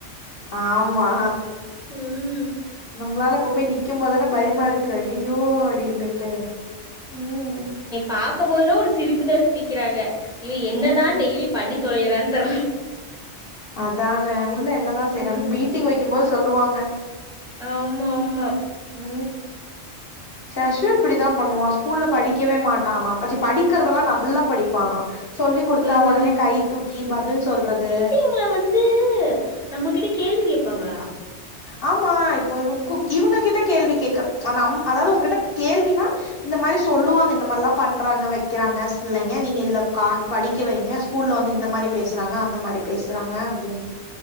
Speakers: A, on the left; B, in the centre.
A: ஆமா
B: ம்
A: நம்ளால அப்ப போய் நிக்க போதானே பயமா இருக் கு ஐயய்யோ அடின்னுட்டு ம்
B: பாக்க மோதுன்னா ஒரு சிரிப்புதா சிரிக்கிறாக இவ என்னதான்
A: ம்
B: டெய்லிப் பண்ணித் தொலையறான் தெர்ல
A: அதானே உள்ள என்னதா
B: ம்
A: செய்றான் பீட்டிங் வெக்கம்போது சொல்லுவாங்க
B: ஆமா மா
A: ம் ஷஷூ இப்டிதாம் பண்ணுவா ஸ்கூல்ல படிக்கவே மாட்டானா பச்சிப் படிக்றதெல்லா நல்லாப் படிப்பானா சொல்லி்க் குடுத்தா
B: ம்
A: ஒடனே கை தூக்கி பதில் சொல்றது
B: வுள வந்து நம்மகிட்ட கேள்வி கேப்பாங்ளா
A: ஆமா இப்போ இவுங் கூக் இவுங்க கிட்ட கேள்வி கேக்க அ நம் அதாவ்து ஒங்கிட்டக் கேள்வினா இந்த மாதிரி சொல்லுவாங்க இந்த மார்லாப் பன்றாங்க வெக்கிறாங்கச் பிள்ளைங்க நீங்க இதுலக் கான் படிக்க வைங்கச் ஃபூல்ல வந்து இந்த மாரிப் பேச்சறாங்க அந்த மாரிப் பேச்சறாங்க அப்டினு